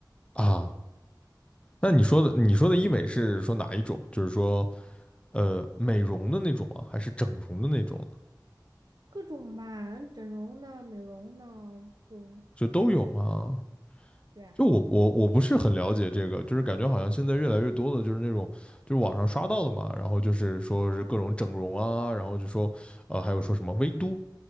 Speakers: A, on the left; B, on the right.
A: 啊，那你说的你说的医美是说哪一种？就是说，呃，美容的那种吗？还是整容的那种呢？
B: 各种吧，整容的、美容的就都有吧。
A: 就都有吗？
B: 对啊，
A: 就我我我不是很了解这个，就是感觉好像现在越来越多的就是那种就是网上刷到的嘛，然后就是说是各种整容啊，然后就说呃还有说什么微嘟，